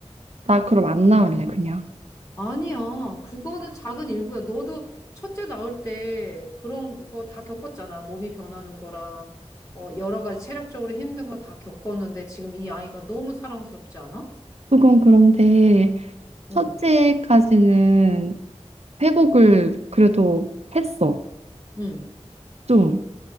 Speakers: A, on the right (about 65°); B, on the left (about 30°).
A: 나 그럼 안
B: 어.
A: 나올래, 그냥.
B: 아니야. 그거는 작은 일부야. 너도 첫째 나올 때 그런 거 다 겪었잖아. 몸이 변하는 거랑 어, 여러 가지 체력적으로 힘든 거 다 겪었는데 지금 이 아이가 너무 사랑스럽지 않아?
A: 그건 그런데 첫째까지는
B: 응,
A: 회복을 그래도 했어,
B: 응,
A: 좀.